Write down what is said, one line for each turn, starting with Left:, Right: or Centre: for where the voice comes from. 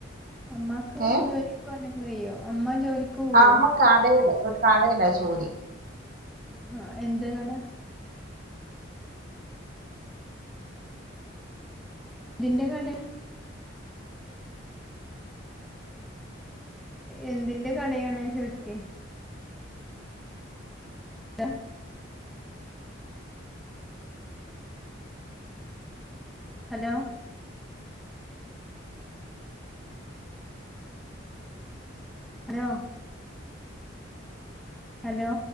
Centre: അമ്മാക്ക്
Right: ഏ
Centre: ജോലിക്ക് പോവാനൊക്കെ കയ്യോ? അമ്മ ജോലിക്ക് പോവോ?
Right: അമ്മ കടയില് ഒരു കടയിലാ ജോലി.
Centre: ആ എന്ത് കട? ന്തിന്റെ കടയാ എന്തിന്റെ കടയാണ് ചോയിക്ക് <unintelligible> ഹലോ ഹലോ ഹലോ